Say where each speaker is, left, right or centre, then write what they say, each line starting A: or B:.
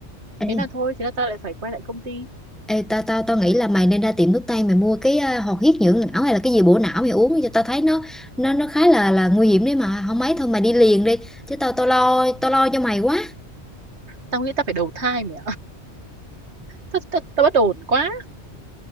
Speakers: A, in the centre; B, on the right.
A: Ê,
B: Thế là thôi Thế là tao lại phải quay lại công ty
A: Ê, tao tao tao nghĩ là mày nên ra tiệm thuốc tây mày mua cái ờ, hoạt huyết dưỡng não hay là cái gì bổ não mày uống cho tao thấy nó nó nó khá là là nguy hiểm đấy mà không mấy thôi mày đi liền đi chứ tao tao lo tao lo cho mày quá
B: Tao nghĩ tao phải đầu thai mẹ Tao, tao, tao bất ổn quá